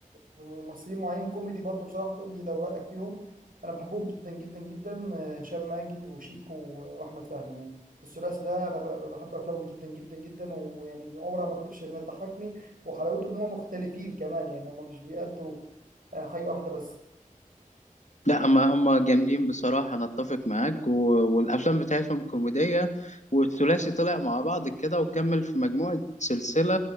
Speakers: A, on the right; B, on the left.
A: في ممثلين معين كوميدي برضو بصراحه تقول لي لو رايك فيهم انا بحبهم جدا جدا جدا آه، هشام ماجد وشيكو واحمد فهمي يعني الثلاثي ده انا ب- ب- بحب افلامه جدا جدا جدا ويعني عمرها ما بتفشل انها تضحكني وحلاوته ان هم مختلفين كمان يعني هم مش بيأدوا آه، حاجه واحده بس
B: لا ما هم جامدين بصراحة أنا أتفق معاك و... والأفلام بتاعتهم كوميدية والثلاثي طلع مع بعض كده وكمل في مجموعة سلسلة